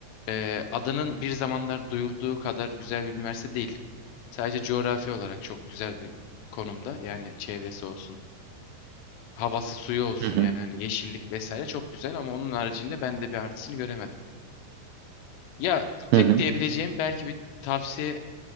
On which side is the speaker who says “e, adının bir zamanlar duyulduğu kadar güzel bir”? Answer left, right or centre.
Left